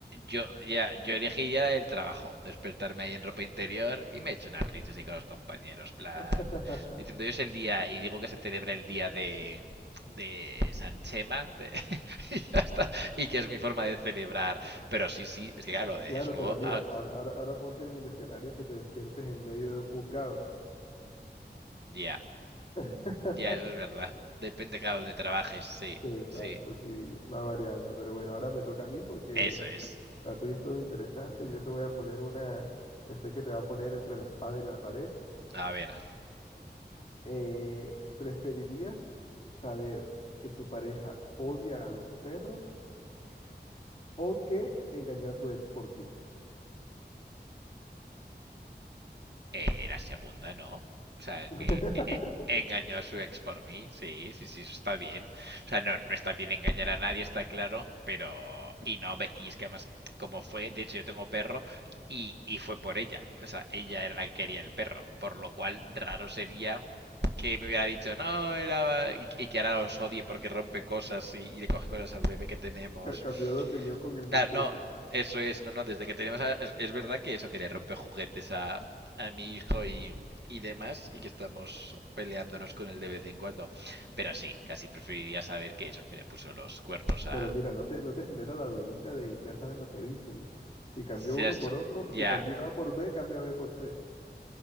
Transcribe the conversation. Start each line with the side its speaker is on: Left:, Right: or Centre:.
Right: Yo, ya, yo elegiría la del trabajo, despertarme ahí en ropa interior y me echo unas risas ahí con los compañeros, plan,
Left: <laughs>
Right: diciendo yo es el día, y digo que se celebra el día de, de San Chema, de, <laughs> y ya está, y que es mi forma de celebrar, pero sí, sí, es que claro, lo de
Left: Claro,
Right: desnudo,
Left: pero mira,
Right: ah,
Left: ahora, ahora, ahora ponte en el escenario en que te despiertes en medio de un juzgado.
Right: ya,
Left: <laughs>
Right: ya, eso es verdad, depende cada donde trabajes, sí,
Left: Sí, Exacto,
Right: sí,
Left: sí, va variando. Pero bueno, ahora me toca a mí porque
Right: eso es,
Left: la tuya estuvo interesante. Yo te voy a poner una que sé que te va a poner entre la espada y la pared.
Right: a ver,
Left: Eh, ¿preferirías saber que tu pareja odia a los perros o que engañó a su ex por ti?
Right: Eh, la segunda no. O sea,
Left: <laughs>
Right: que eh, eh, engañó a su ex por mí. Sí, sí, sí, eso está bien. O sea, no, no está bien engañar a nadie, está claro. Pero. Y no, hombre, y es que además, como fue, de hecho, yo tengo perro y, y fue por ella. O sea, ella era la que quería el perro. Por lo cual, raro sería que me hubiera dicho, no, era. Y, y que ahora los odie porque rompe cosas y, y le coge cosas al bebé que tenemos.
Left: Ca- Cambió de opinión con el mostrico.
Right: Claro, no, eso es, no, no, desde que tenemos a- es, es verdad que eso que le rompe juguetes a, a mi hijo y, y demás, y que estamos peleándonos con él de vez en cuando. Pero sí, casi preferiría saber que eso que le puso los cuernos a...
Left: Pero mira, no te, no te genera la dudita de, ya sabes lo que dicen. Si cambió
Right: Será
Left: uno
Right: eso-
Left: por otro,
Right: Ya,
Left: si cambió A por B, cambia B por C.